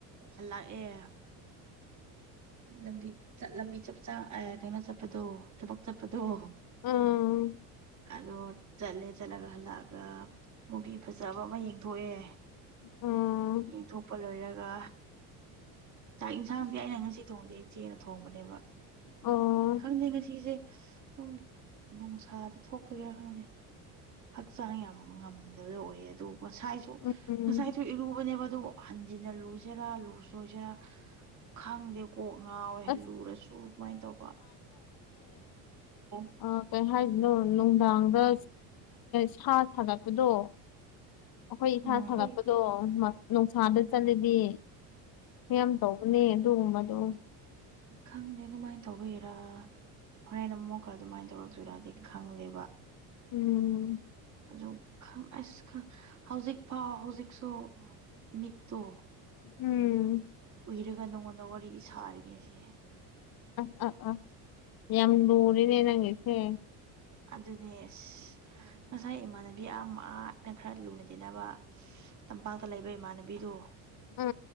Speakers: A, on the right; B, on the left.
A: ꯍꯜꯂꯥꯛꯑꯦ ꯂꯝꯕꯤ ꯂꯝꯕꯤ ꯆꯞ ꯆ ꯀꯩꯅꯣ ꯆꯠꯄꯗꯣ ꯊꯕꯛ ꯆꯠꯄꯗꯣꯣ
B: ꯎꯝ
A: ꯑꯗꯣ ꯆꯠꯂꯦ ꯆꯠꯂꯒ ꯍꯜꯂꯛꯑꯒ ꯃꯨꯒꯤ ꯐꯖꯕ ꯑꯃ ꯌꯦꯡꯊꯣꯛꯑꯦ
B: ꯑꯣ
A: ꯏꯟꯊꯣꯛꯄ ꯂꯣꯏꯔꯒ ꯆꯥꯛ ꯌꯦꯟꯁꯥꯡꯗꯤ ꯑꯩꯅ ꯉꯁꯤ ꯊꯣꯡꯗꯦ ꯏꯆꯦꯅ ꯊꯣꯡꯕꯅꯦꯕ
B: ꯑꯣ
A: ꯈꯪꯗꯦ ꯉꯁꯤꯁꯦ ꯄꯨꯡ ꯅꯨꯡꯁꯥꯗ ꯊꯣꯛꯄꯒꯤꯔꯥ ꯈꯪꯗꯦ ꯍꯛꯆꯥꯡ ꯌꯥꯝ ꯉꯝꯗꯕꯗꯣ ꯑꯣꯏꯌꯦ ꯑꯗꯨ ꯉꯁꯥꯏꯁꯨ
B: ꯎꯝ ꯎꯝ
A: ꯉꯁꯥꯏꯁꯨ ꯏꯔꯨꯕꯅꯦꯕ ꯑꯗꯨ ꯍꯟꯖꯤꯟꯅ ꯂꯨꯁꯤꯦꯔꯥ ꯂꯨ ꯁꯣꯏꯁꯤꯦꯔꯥ ꯈꯪꯗꯦ ꯀꯣꯛ ꯉꯥꯎꯋꯦꯍꯜꯂꯨꯔꯁꯨ
B: ꯑꯁ
A: ꯀꯃꯥꯏꯅ ꯇꯧꯕ ꯎꯝ
B: ꯑꯣ ꯀꯩ ꯍꯥꯏꯗꯅꯣ ꯅꯨꯡꯗꯥꯡꯗ ꯁꯥ ꯁꯥꯒꯠꯄꯗꯣ ꯑꯩꯈꯣꯏ ꯏꯁꯥ
A: ꯎꯝ
B: ꯁꯥꯒꯠꯄ ꯑꯗꯣ ꯅꯨꯡꯁꯥꯗ ꯆꯠꯂꯗꯤ ꯃꯌꯥꯝ ꯇꯧꯕꯅꯦ ꯑꯗꯨꯒꯕꯗꯣ
A: ꯈꯪꯗꯦ ꯑꯗꯨꯃꯥꯏꯅ ꯇꯧꯕꯒꯤꯔꯥ ꯍꯣꯔꯦꯟ ꯑꯃꯨꯛꯀ ꯑꯗꯨꯃꯥꯏꯅ ꯇꯧꯔꯛꯁꯨꯗꯗꯤ ꯈꯪꯗꯦꯕ
B: ꯎꯝ
A: ꯑꯣ ꯑꯁ ꯍꯧꯖꯤꯛ ꯐꯥꯎ ꯍꯧꯖꯤꯛꯁꯨ ꯃꯤꯠꯇꯣ
B: ꯎꯝ
A: ꯎꯏꯔꯒ ꯅꯪꯉꯣꯟꯗ ꯋꯥꯔꯤ ꯁꯥꯔꯤꯉꯁꯦ
B: ꯑꯁ ꯑ ꯑꯁ ꯌꯥꯝ ꯂꯨꯔꯤꯅꯦ ꯅꯪꯒꯤꯁꯦ
A: ꯑꯗꯨꯅꯦ ꯑꯁ ꯉꯁꯥꯏ ꯏꯃꯥꯟꯅꯕꯤ ꯑꯃ ꯑꯅ ꯈꯔ ꯂꯨꯅ ꯇꯤꯟꯅꯕ ꯇꯝꯄꯥꯛꯇ ꯂꯩꯕ ꯏꯃꯥꯟꯅꯕꯤꯗꯣ
B: ꯎ ꯎꯥ